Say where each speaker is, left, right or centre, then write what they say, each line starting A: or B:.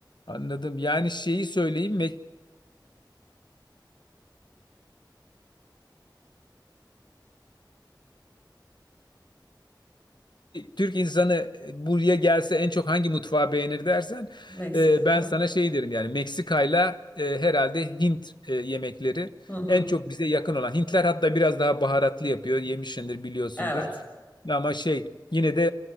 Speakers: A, on the left (about 65°); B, on the left (about 25°).
A: Anladım. Yani şeyi söyleyeyim Mek- Türk insanı e, buraya gelse en çok hangi mutfağı beğenir dersen
B: Meksika
A: e, ben
B: değil mi?
A: sana şey derim yani Meksika'yla e, herhalde Hint e, yemekleri
B: Hı hı.
A: en çok bize yakın olan. Hintler hatta biraz daha baharatlı yapıyor. Yemişsindir biliyorsundur.
B: Evet.
A: Ama şey yine de